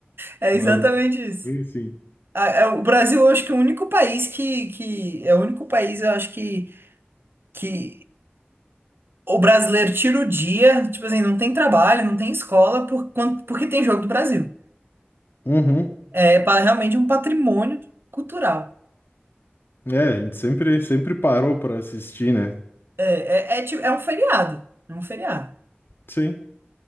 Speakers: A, on the right; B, on the left.
A: É
B: Mas,
A: exatamente isso.
B: enfim.
A: a- é, o Brasil, eu acho que é o único país que, que é o único país, eu acho que, que o brasileiro tira o dia, tipo assim, não tem trabalho, não tem escola, por, quan- porque tem jogo do Brasil.
B: Uhum.
A: É é pa- realmente é um patrimônio cultural.
B: É, a gente sempre, sempre parou para assistir, né?
A: É, é, é, tipo- é um feriado, é um feriado.
B: Sim.